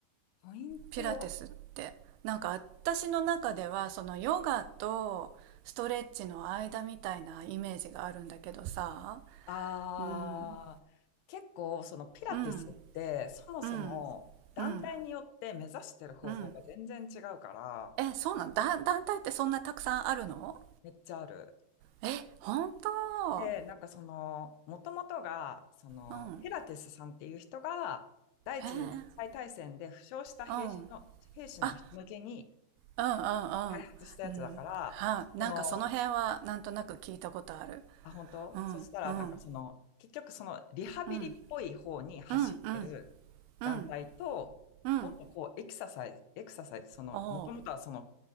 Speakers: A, on the left; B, on the right.
A: ポイント。
B: ピラティスって。なんか私の中ではそのヨガとストレッチの間みたいなイメージがあるんだけどさ、
A: ああ、
B: うん、
A: 結構、そのピラティスって、
B: うん。
A: そもそも団体によって目指してる方法が全然違うから、
B: うんうんうんえそうなんだ団体ってそんなたくさんあるの
A: めっちゃある。
B: え本当
A: で、なんかその、もともとが、その、
B: うん
A: ピラティスさんっていう人が、第一次世界大戦で負傷した兵士の、
B: へえー、うん
A: 兵士の人向けに
B: あうんうんうんうんはあなんかその辺はなんとなく聞いたことある
A: 開発したやつだから、その、あ、本当そしたら、
B: うんうん
A: なんかその、結局そのリハビリっぽい方に走ってる団体と、
B: うんうんうんうんうん
A: もっとこうエクササイズ、エクササイズ、その、
B: おう
A: もともとはその、